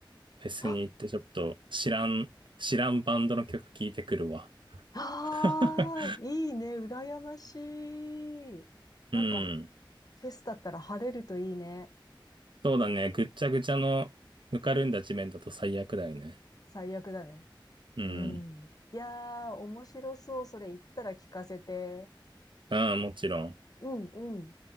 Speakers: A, on the right; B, on the left.
A: フェスに行ってちょっと知らん、
B: あ、
A: 知らんバンドの曲聴いてくるわ。
B: ああ、
A: <laughs>
B: いいね、羨ましい。なんか、
A: うん。
B: フェスだったら晴れるといいね。
A: そうだね。ぐっちゃぐちゃのぬかるんだ地面だと最悪だよね。
B: 最悪だね。
A: うん。
B: うん。いやー、面白そう。それ言ったら聞かせて。
A: うん、もちろん。
B: うん、うん。